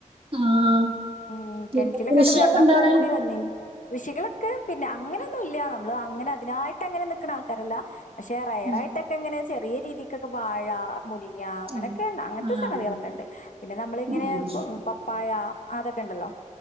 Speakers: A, on the right; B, on the left.
A: ആഹ്
B: ആഹ്
A: പിന്നെ
B: കെണറ്റിലൊക്കെണ്ട്
A: കൃഷിയൊക്കെ
B: വെള്ളം
A: ഇണ്ടോ അവിടെ
B: കൂടി വന്നിനി കൃഷികളൊക്കെ പിന്നെ അങ്ങനൊന്നുല്ല നമ്മളതിനായിട്ടങ്ങനെ നിക്ക്ണ ആൾക്കാരല്ല പക്ഷെ റെയറായിട്ടൊക്കെ
A: ഉം
B: ഇങ്ങനെ ചെറിയ രീതിക്കൊക്കെ വാഴ മുരിങ്ങ അങ്ങനെയൊക്കെ
A: ആഹ്
B: ഇണ്ട് അങ്ങനത്തെ
A: ആഹ്
B: സംഗതികളൊക്കെ ഇണ്ട്. പിന്നെ നമ്മളിങ്ങനെ
A: ആഹ്
B: പപ്പായ അതൊക്കെ ഇണ്ടല്ലോ